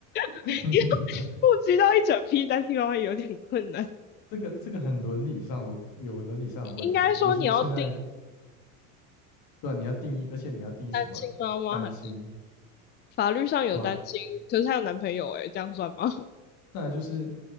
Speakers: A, on the left; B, on the left.
A: <laughs>
B: <laughs> 要
A: 对
B: 顾及到一整批单亲妈妈有点困难。
A: 这个这个很伦理上的有伦理上的问题，
B: 应该说你要定义
A: 就是现在对吧、你要定义，而且你要定义什么单亲，
B: 单亲妈妈很，法律上有单亲，
A: 对吧、
B: 可是她有男朋友、欸，诶，这样算吗？
A: 再来就是